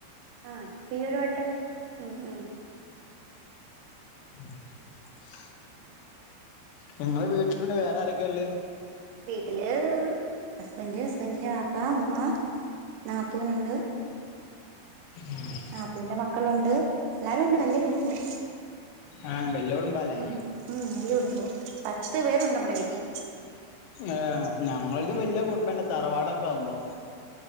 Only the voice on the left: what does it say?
<unintelligible> ഞങ്ങള് വീട്ടിലുണ്ട് വേറെ ആരൊക്കെയള്ളേ
<inaudible>
ആഹ് വെല്ലോടുമ്പാലേ
ആഹാ ഞങ്ങതും വല്യകുടുബന്നെ തറവാടൊക്കെ ആവുമ്പോ